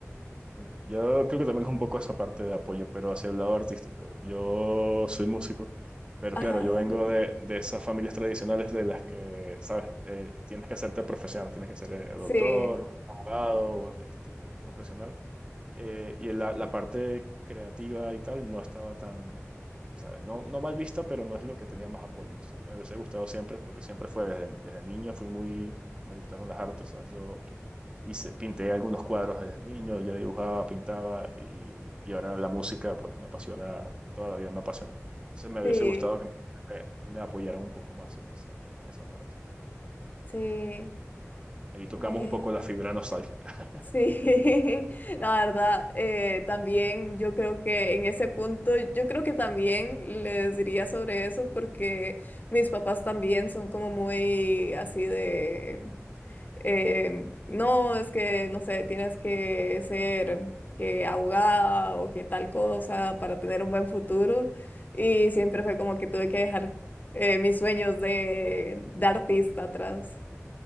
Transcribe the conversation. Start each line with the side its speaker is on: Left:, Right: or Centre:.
Right: Eh, Yo creo que también es un poco esa parte de apoyo, pero hacia el lado artístico. Yo soy músico, pero
Left: Ajá,
Right: claro, yo vengo de, de esas familias tradicionales de las que, sabes, Eh, tienes que hacerte profesional, tienes que ser eh,
Left: sí,
Right: doctor, abogado, este tipo, un profesional. eh, y la, la parte creativa y tal no estaba tan, ¿sabes? No, no mal vista, pero no es lo que tenía más apoyo. Entonces me hubiese gustado siempre, porque siempre fue desde, desde niño, fui muy, me gustaron las artes, ¿sabes? Yo hice, pinté algunos cuadros desde niño, yo dibujaba, pintaba y, y ahora la música, pues me apasiona, toda la vida me ha apasionado. Entonces me
Left: sí,
Right: hubiese gustado que me, me, me apoyaran un poco más en esa, en esa parte.
Left: sí.
Right: Ahí tocamos
Left: A ver.
Right: un poco la fibra nostálgica. <laughs>
Left: Sí, <laughs> la verdad, eh, también yo creo que en ese punto, yo creo que también les diría sobre eso porque mis papás también son como muy así de, eh, no, es que, no sé, tienes que ser que abogada o que tal cosa para tener un buen futuro y siempre
Right: Sí,
Left: fue como que tuve que dejar eh, mis sueños de, de artista atrás,